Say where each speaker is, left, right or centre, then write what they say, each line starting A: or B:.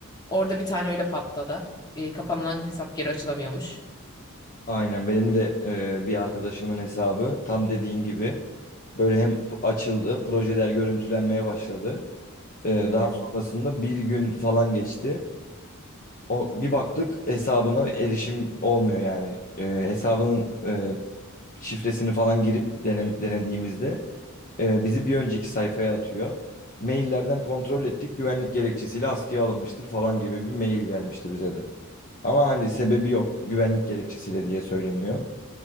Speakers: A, on the left; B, on the left.
A: Orada bir tane öyle patladı. E, kapanılan hesap geri açılamıyormuş.
B: Aynen benim de e, bir arkadaşımın hesabı tam dediğin gibi böyle hem p- açıldı, projeler görüntülenmeye başladı. E,
A: Hı hı.
B: daha sonrasında bir gün falan geçti. O, bir baktık hesabına erişim olmuyor yani. E, hesabının e, şifresini falan girip denem- denediğimizde e, bizi bir önceki sayfaya atıyor. Maillerden kontrol ettik güvenlik gerekçesiyle askıya alınmıştır falan gibi bir mail gelmişti bize de. Ama hani sebebi yok güvenlik gerekçesiyle diye söyleniyor.